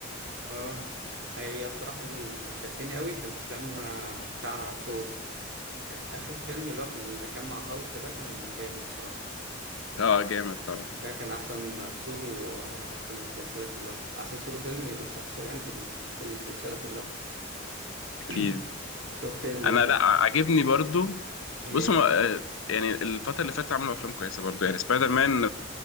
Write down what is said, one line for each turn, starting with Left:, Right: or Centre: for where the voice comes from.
Right: آه. هي الصراحه اللي شدني قوي كانت افلام آه، بتاع ثور كان اخر فيلم اللي هو اللي كان مع هالك ده كان جامد الصراحه
Left: اه جامد طبعا
Right: ده كان احسن سولو آه، في السلسله كلها احسن سولو فيلم للشخصيه يعني في ال- في السلسله كلها <coughs>
Left: اكيد
Right: <clears throat> شفت ال
Left: انا لا عاجبني برضو
Right: ايه
Left: بص هو آه، يعني الفتره اللي فاتت عملوا افلام كويسه برضو يعني سبايدر مان